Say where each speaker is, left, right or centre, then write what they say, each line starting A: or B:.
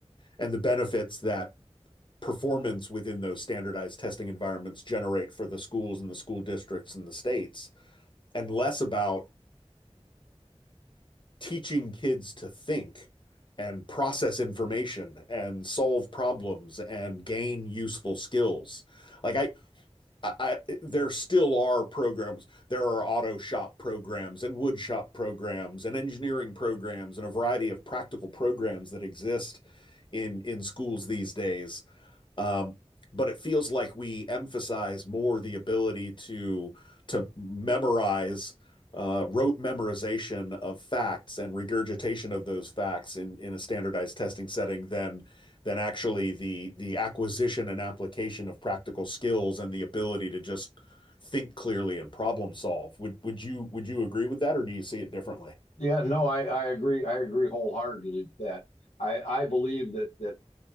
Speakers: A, on the left; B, on the left.
A: and the benefits that performance within those standardized testing environments generate for the schools and the school districts and the states, and less about teaching kids to think and process information and solve problems and gain useful skills. Like I I, I, there still are programs. There are auto shop programs and wood shop programs and engineering programs and a variety of practical programs that exist in in schools these days. Um, But it feels like we emphasize more the ability to to memorize, uh, rote memorization of facts and regurgitation of those facts in in a standardized testing setting than than actually the the acquisition and application of practical skills and the ability to just think clearly and problem solve. Would would you Would you agree with that, or do you see it differently?
B: Yeah, no, I, I agree. I agree wholeheartedly with that. I, I believe that that